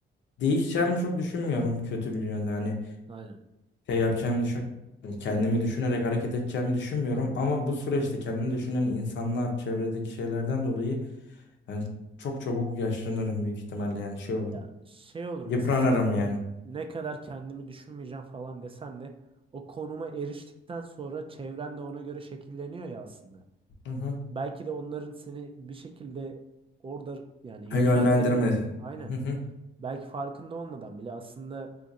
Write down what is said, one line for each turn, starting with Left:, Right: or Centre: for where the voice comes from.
Left: değişeceğimi çok düşünmüyorum kötü bir yönde. Hani
Right: Aynen.
Left: şey yapacağımı düşünmüyorum. Kendimi düşünerek hareket edeceğimi düşünmüyorum. Ama bu süreçte kendini düşünen insanlar, çevredeki şeylerden dolayı ben çok çabuk yaşlanırım büyük ihtimalle yani şey olurum.
Right: Ya şey olur mesela
Left: Yıpranırım yani.
Right: ne kadar kendimi düşünmeyeceğim falan desen de o konuma eriştikten sonra çevren de ona göre şekilleniyor ya aslında.
Left: Hı hı.
Right: Belki de onların seni bir şekilde orada yani yönlendirme
Left: Yönlendirme.
Right: aynen
Left: Hı hı.
Right: belki farkında olmadan bile aslında